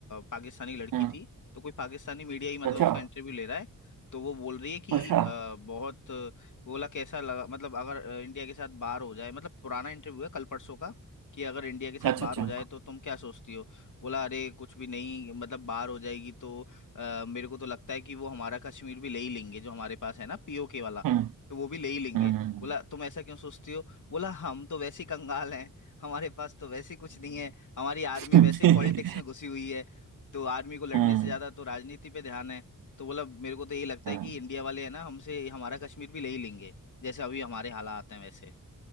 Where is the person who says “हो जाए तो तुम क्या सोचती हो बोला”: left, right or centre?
Left